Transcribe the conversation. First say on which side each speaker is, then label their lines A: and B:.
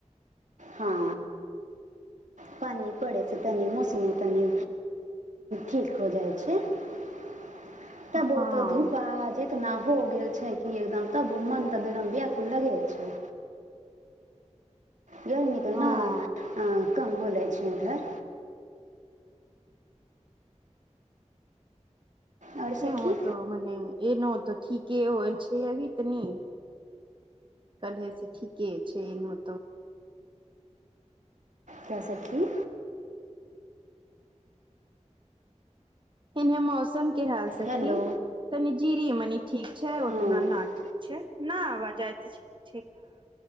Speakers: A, on the right; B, on the right.
A: हँ पानि पड़ै छै तनि मौसममे तनि ठीक हो जाइ छै त
B: हँ
A: बो तऽ धूपा जे इतना हो गेल छै कि एकदम तब मन तऽ बरम वाकु लगे छै गर्मी तऽ
B: हँ
A: ने कम हो जाइ छै उधर आओर सखी
B: ऐं हुँ त मने एनो त ठीके होय छै अनि तनी तबियत ठीके छै एनहों
A: क्याअ सखी
B: इहे मौसम के हाल सखी
A: हेलो
B: तनी जीरी मनी ठीक छै
A: हँ
B: उतना ना ठीक छै न आवाजइ त